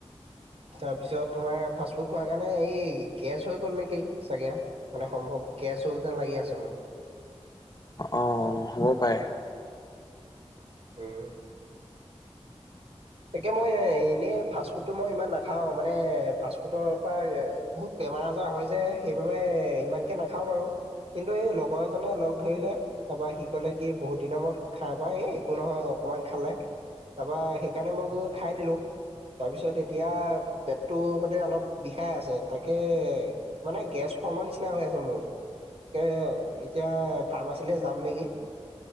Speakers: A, on the right (about 65°); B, on the left (about 35°).
A: তাৰপিছত তোমাৰ ফাষ্টফুড খোৱাৰ কাৰণে এই গেছ হৈ গ'ল নেকি? চাগে, মানে সম্ভৱ গেছ হ'ল যেন লাগি আছে মোৰ।
B: অ', হ'ব পাৰে।
A: উম। তাকে মই এনেই, ফাষ্টফুডটো মই ইমান নাখাওঁ। মানে ফাষ্টফুডৰ পৰা বহুত বেমাৰ-আজাৰ হয় যে, সেইবাবে ইমানকে নাখাওঁ বাৰু কিন্তু, এই লগৰ এজনে লগ ধৰিলে, তাৰপৰা সি ক'লে কি, বহুত দিনৰ মূৰত খাবা এই, একো নহয় অকণমান খালে, তাৰপৰা সেইকাৰণে মই গৈ খাই দিলো। তাৰপিছত, এতিয়া পেটটো মানে অলপ বিষাই আছে। তাকে মানে, গেছ ফৰ্মৰ নিচিনা হৈ আছে মোৰ। কে, এতিয়া ফাৰ্মাচীলৈ যাম নেকি?